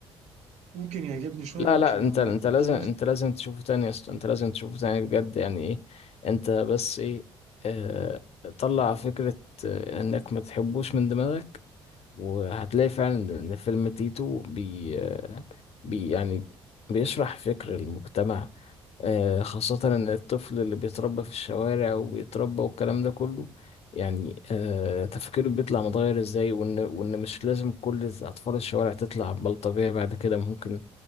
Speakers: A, on the right (about 65°); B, on the left (about 55°).
A: ممكن يعجبني شويه
B: لا
A: لو
B: لا
A: ك... لما
B: انت انت
A: اكون
B: لازم
A: كبرت
B: انت لازم تشوفه تاني يا اسطى انت لازم تشوفه تاني بجد يعني ايه انت بس ايه اه طلع فكرة آه، انك ما تحبوش من دماغك وهتلاقي فعلا ان فيلم تيتو بي, آه، بي يعني بيشرح فكر المجتمع آه، خاصة إن الطفل اللي بيتربى في الشوارع وبيتربى والكلام ده كله يعني آه، تفكيره بيطلع متغير إزاي وإن وإن مش لازم كل أطفال الشوارع تطلع بلطجية بعد كده ممكن